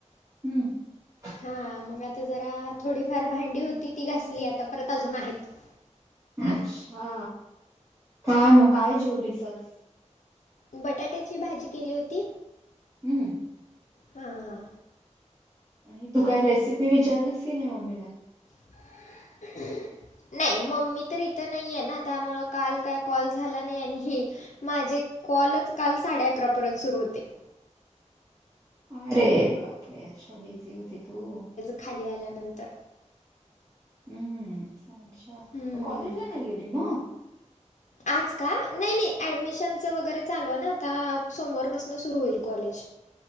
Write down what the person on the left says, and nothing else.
हां मंग आंता जरां थोडीफांर भांडी होती ती घासली आंता परंत अजूंन आहेतं.
बटाट्यांची भाजी केली होती.
हां हां हां
<unintelligible> नाहीं मम्मी तरं इथं नाहीये नां त्यामुळं कांल कायं कॉल झालां नाहीं आणि हे माझे कॉलचं कांल साडे अकरां पर्यंत सुरूं होते.
खांली आल्यांनंतर
हम्म.
आज का नाही नाही ऍडमिशनच वगैरे चालू ना आता सोमवारपासन सुरू होईल कॉलेज.